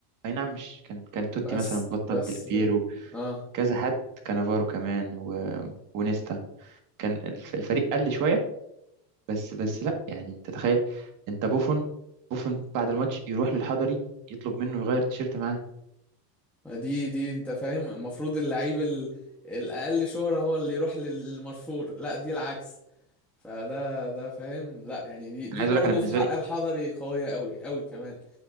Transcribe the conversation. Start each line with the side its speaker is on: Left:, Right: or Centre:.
Right: اي نعم مش كان كان توتي
Centre: بس
Right: مثلا بطل
Centre: بس
Right: ديل بيرو
Centre: اه
Right: كذا حد كانافارو كمان و... ونيستا كان الف- الفريق قل شويه بس بس لا يعني انت تخيل انت بوفون بوفون بعد الماتش يروح للحضري يطلب منه يغير تيشيرت معاه
Centre: ما دي دي انت فاهم المفروض اللعيب ال... الأقل شهرة هو اللي يروح للمشهور لا دي العكس فده ده فاهم لا يعني دي دي
Right: انا عايز
Centre: برضه
Right: اقول لك انا بالنسبه
Centre: في حق
Right: لي
Centre: الحضري قوية قوي قوي كمان